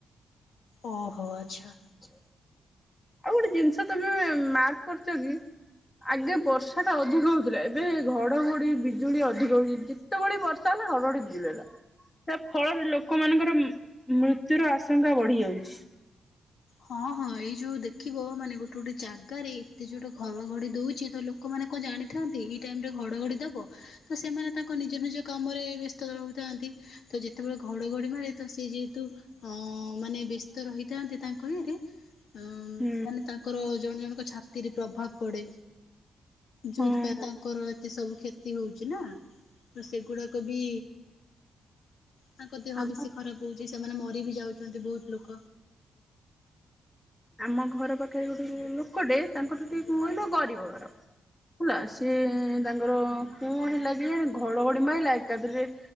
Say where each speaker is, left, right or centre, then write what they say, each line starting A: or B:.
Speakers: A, on the left; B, on the left.
A: ଓହୋ ଆଚ୍ଛା।
B: ଆଉ ଗୋଟେ ଜିନିଷ ତମେ ମାର୍କ କରୁଚକି। ଆଗେ ବର୍ଷାଟା ଅଧିକ ହଉଥିଲା ଏବେ ଘଡ଼ଘଡ଼ି ବିଜୁଳି ଅଧିକ ହଉଚି। ଯେତେବେଳେ ବର୍ଷା ହେଲା ଘଡଘଡି ବିଜୁଳି ହେଲା। ତା ଫଳରେ ଲୋକମାନଙ୍କର ମୃତ୍ୟୁର ଆଶଙ୍କା ବଢି ଯାଉଛି।
A: ହଁ ହଁ ଏଇ ଯୋଉ ଦେଖିବ ମାନେ ଗୋଟେ ଗୋଟେ ଜାଗାରେ ଏତେ ଯୋ ଗୋଟେ ଘରଘଡି ଦଉଛି ତଲୋକ ଲୋକମାନେ କଣ ଜାଣିଥାନ୍ତି ଏଇ ଟାଇମରେ ଘଡଘଡି ଦବ। ତ ସେମାନେ ତାଙ୍କ ନିଜ ନିଜ କାମରେ ବ୍ୟସ୍ତ ରହୁଥାନ୍ତି। ତ ଯେତେବେଳେ ଘଡଘଡି ମାରେ ତ ସେ ଯେହେତୁ ଅ ମାନେ ବ୍ୟସ୍ତ ରହିଥାନ୍ତି ତାଙ୍କ <unintelligible> ମାନେ
B: ହୁଁ
A: ତାଙ୍କର ଜଣେ ଜଣଙ୍କ ଛାତିରେ ପ୍ରଭାବ ପଡେ। ଯୋଉଥିପାଇଁ
B: ହଁ
A: ତାଙ୍କର ଏତେ ସବୁ କ୍ଷତ କ୍ଷତି ହଉଛିନା ତ ସେଗୁଡାକବି ତାଙ୍କ ଦେହ
B: ଆମ
A: ବେଶି ଖ ଖରାପ ହଉଛି ସେମାନେ ମରିବି ଯାଉଚନ୍ତି ବହୁତ ଲୋକ।
B: ଆମ ଘର ପାଖରେ ଗୋଟେ ଲୋକଟେ ତାଙ୍କଠୁ ଟିକିଏ କଣ କହିଲ ଗରିବ ଘର। ହେଲା ସିଏ ତାଙ୍କର କଣ ହେଲା କେଇଆଣି ଘଡଘଡି ମାଇଲା ଏକାଥରେ